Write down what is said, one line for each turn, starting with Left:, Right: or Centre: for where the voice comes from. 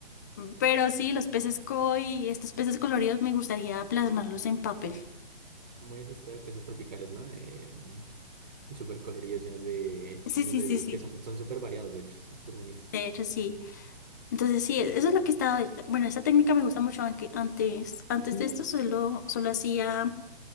Left: Pero sí, los peces koi estos peces coloridos me gustaría plasmarlos en papel.
Right: Muy es esto de peces tropicales, ¿no? De, mm, súper coloridos, llenos de,
Left: Sí,
Right: llenos
Left: sí,
Right: de
Left: sí,
Right: vida y
Left: sí.
Right: que son, son súper variados, de hecho, son súper bonitos.
Left: De hecho, sí. Entonces sí, e-, eso es lo que estaba, bueno, esa técnica me gusta mucho, aunque antes, antes de esto solo, solo hacía,